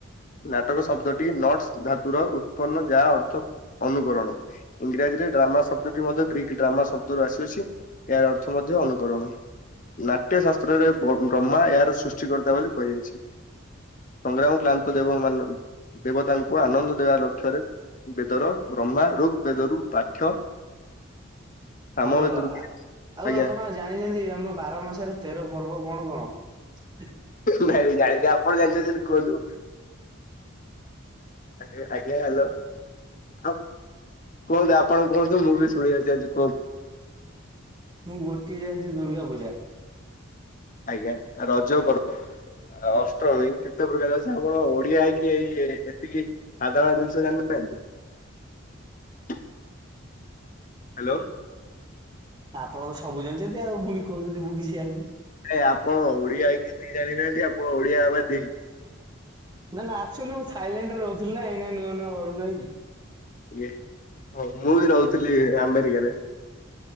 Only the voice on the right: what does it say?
ହ୍ୟାଲୋ
ଆଉ
ଆପଣ ଜାଣିଛନ୍ତି ଆମ ବାର ମାସରେ ତେର ପର୍ବ କଣ କଣ?
ମୁଁ ଗୋଟିଏ ଜାଣିଛି ଦୁର୍ଗା ପୂଜା।
ଆପଣ ତ ସବୁ ଜାଣିଛନ୍ତି ଆଉ ପୁଣି କହୁଛନ୍ତିି ମୁ କିଛି ଜାଣିନି।
ନା ନା ଆ ଆକଚୁଆଲି ମୁଁ ଥାଇଲାଣ୍ଡରେ ରହୁଥିଲି ନା ଏଇନା ନୂଆ ନୂଆ ଘରକୁ ଆଇଛି।